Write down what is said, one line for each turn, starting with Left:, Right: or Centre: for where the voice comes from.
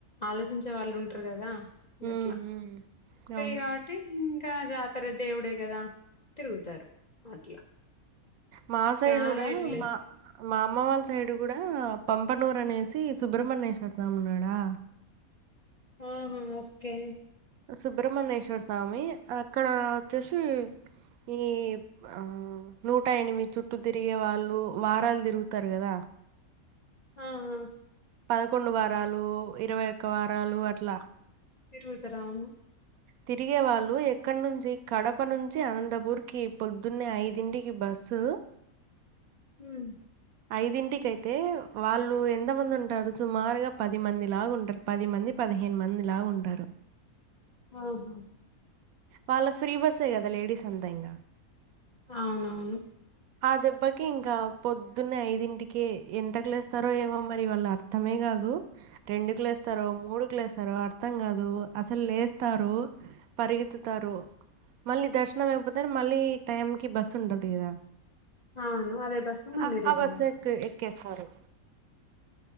Left: ఆలోచించే వాళ్ళు ఉంటారు కదా గట్ల
Right: ఉమ్, ఉమ్.
Left: ఫ్రీ
Right: అవును
Left: కాబట్ అంటే ఇంగ జాతర దేవుడే కదా తిరుగుతారు అట్లా
Right: మా సైడు
Left: చాలా
Right: కూడా
Left: ఇటులే
Right: మా మా అమ్మ వాళ్ళ సైడ్ కూడా పంపనూరు అనేసి సుబ్రహ్మణ్యేశ్వర్ స్వామి ఉన్నాడా
Left: ఆహా ఓకే
Right: సుబ్రహ్మణ్యేశ్వర స్వామి అక్కడ వచ్చేసి ఈ ఆ నూట ఎనిమిది చుట్లు తిరిగే వాళ్ళు వారాలు తిరుగుతారు కదా
Left: ఆ ఆ
Right: పదకొండు వారాలు ఇరవై ఒక్క వారాలు అట్ల
Left: తిరుగుతరు అవును
Right: తిరిగే వాళ్ళు ఎక్కడ నుంచి కడప నుంచి అనంతపూర్ కి పొద్దున్నే ఐదింటికి బస్సు
Left: మ్మ్
Right: ఐదింటికి అయితే వాళ్ళు ఎంతమంది ఉంటారు సుమారుగా పది మంది లాగా ఉంటారు పది మంది పదిహేను మంది లాగా ఉంటారు
Left: అవును
Right: వాళ్ళ ఫ్రీ బస్సే కదా లేడీస్ అంతా ఇంగ
Left: అవునవును
Right: ఆ దెబ్బకి ఇంకా పొద్దున్నే ఐదింటికి ఎంతకు లేస్తారో ఏమో మరి వాళ్ళ అర్ తమే కాదు రెండుకు లేస్తారు మూడుకు లేస్తారో అర్థం కాదు అసలు లేస్తారు పరిగెతు తారు మళ్ళీ దర్శనం అయిపోతనే మళ్ళీ టైం కి బస్సు ఉండదు కదా
Left: అవును అదే బస్సుకు మళ్ళీ
Right: ఆ
Left: రిటర్న్
Right: ఆ బస్
Left: అయితరు
Right: ఎక్ ఎక్కేస్తారు